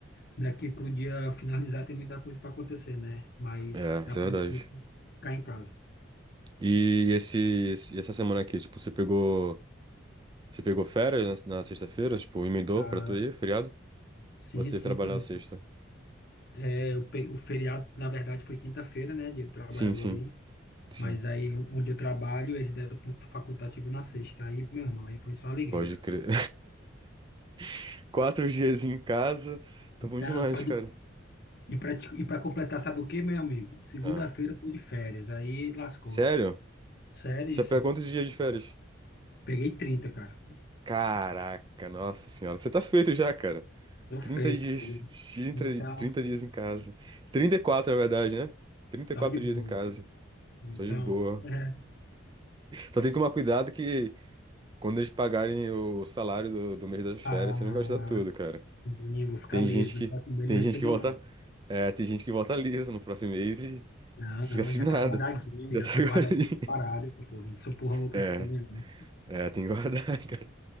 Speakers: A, on the left; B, on the right.
A: daqui pro dia finalizar tem muita coisa para acontecer, né? Mas,
B: É,
A: a
B: isso
A: princípio,
B: é verdade.
A: ficar em casa.
B: E esse, esse- essa semana aqui, tipo, você pegou, você pegou férias na, na sexta-feira? Tipo, emendou
A: Ah,
B: pra tu ir, feriado?
A: sim,
B: Ou você
A: sim,
B: trabalhou
A: eu-
B: na sexta?
A: é, eu pe- o feriado, na verdade, foi quinta-feira, né, dia do trabalhador
B: Sim, sim,
A: ali,
B: sim.
A: mas aí, onde eu trabalho, eles deram ponto facultativo na sexta, aí, meu irmão, aí foi só alegria.
B: Pode crer. <laughs> Quatro dias em casa. Tá
A: Então,
B: bom demais,
A: só de
B: cara.
A: E para e para completar, sabe o que, meu amigo? Segunda-feira
B: Ah,
A: eu tô de férias, aí lascou-se.
B: sério?
A: Seríssimo.
B: Você pega quantos dias de férias?
A: Peguei trinta cara.
B: Caraca, nossa senhora. Você tá feito já, cara.
A: Tô feito.
B: 30 dias,
A: peguei. Então,
B: 30 30 dias em casa. 34, na verdade, né? Trinta
A: só
B: e quatro
A: de boa.
B: dias em casa.
A: Então,
B: Só de boa.
A: <laughs>
B: Só tem que tomar cuidado que quando eles pagarem o salário do, do mês das férias,
A: Ah,
B: você não gasta tudo,
A: sim,
B: cara.
A: eu vou ficar
B: Tem
A: liso,
B: gente que,
A: não posso comer,
B: tem
A: não recebo
B: gente que volta,
A: nada.
B: é, tem gente que volta lisa no próximo mês e
A: Não,
B: fica
A: não,
B: sem
A: já
B: nada.
A: tá guardadinho,
B: Já
A: já
B: tá
A: tá
B: <laughs>
A: guardadinho
B: guardadinho.
A: separado, pô. Não sou porra louca
B: É,
A: assim também, não.
B: é, tem que guardar, <laughs> cara.